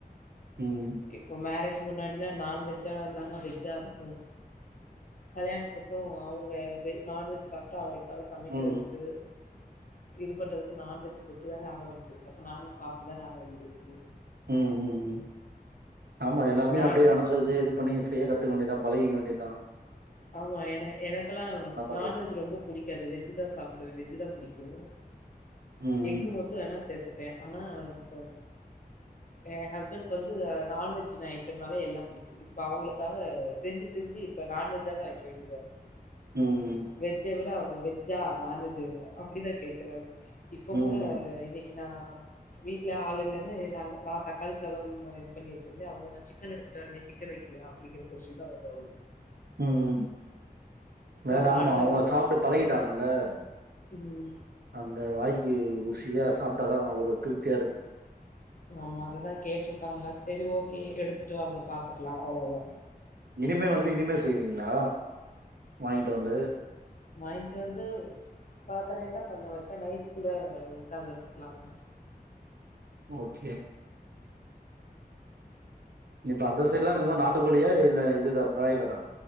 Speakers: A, on the right (about 80°); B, on the left (about 55°).
A: ம்
B: இப்போ மேரேஜ் முன்னாடி எல்லாம் நான்வெஜ்ஜா இல்லாம வெஜ்ஜா இருக்கும் கல்யாணத்துக்கு அப்புறம் அவங்க நான்வெஜ் சாப்ட்டா அவுங்க க்காக சமைக்கிறதுக்கு
A: ம்
B: இது பண்றதுக்கு நான் வெஜ் தொட்டு வேற ஆக வேண்டியதிருக்கு அப்ப நான்வெஜ் சாப்ட்டு தானே ஆக வேண்டியது இருக்கு
A: உம் உம் உம் ஆமா எல்லாமே
B: நான்
A: அப்டியே அனுசரிச்சு இது பண்ணி செய்ய கத்துக்க வேண்டியது தான் பழகிக்க வேண்டியதுதான்
B: ஆமா ஏன்னா எனக்கு எல்லாம்
A: பண்றது
B: நான்வெஜ் ரொம்ப புடிக்காது வெஜ் தான் சாப்பிடுவேன் வெஜ் தான் புடிக்கும் ம்
A: ம்
B: எஃகு மட்டும் வேணா சேத்துப்பேன் ப்ப ஆனா இப்ப என் ஹஸ்பண்டுக்கு வந்து நான்வெஜ் ஐட்டம்னாவே எல்லாம் புடிக்கும் இப்ப அவங்களுக்காக செஞ்சு செஞ்சு இப்ப நான்வெஜ்ஜா லா வைக்க வேண்டியதா இருக்கு
A: ம் ம்
B: வெஜ்ஜ விட வெஜ்ஜா நான்வெஜ் வேணும் அப்டிதான் கேக்குறாங்க இப்ப
A: ம்
B: கூட
A: ம்
B: இன்னைக்கு ஏன்னா வீட்ல ஆளு இல்லன்னு நான் தக்காளி சாதம் இது பண்ணி வச்சிருந்தேன் அவங்க நான் சிக்கன் எடுத்துட்டு வரேன் நீ சிக்கன் வைக்கிறியா அப்படிங்கற கொஸ்டின் தா வரும்
A: ம் வேற
B: நானு
A: ஆமா அவங்க
B: அதா
A: சாப்ட்டு பழகிட்டாங்கள அதா
B: ம்
A: இந்த வாய்க்கு ருசியா சாப்ட்டா தான் ஒரு திருப்தியா இருக்கும்
B: ஆமா அதுதான் கேட்டிருக்காங்க சரி ஓகே எடுத்துட்டு வாங்க பாத்துக்கலாம் அவ்வளவுதான்
A: இனிமே வந்து இனிமே செய்வீங்களா வாங்கிட்டு வந்து
B: வாங்கிட்டு வந்து பாக்குறேன் என்ன பண்ண வைச்சா நைட் கூட இதுக்காக வச்சுக்கலாம் இல்ல
A: ஓகே இப்ப <unintelligible> மத்த எல்லா இருக்குமா நாட்டுக்கோழிய இல்ல இல்ல பிராய்லரா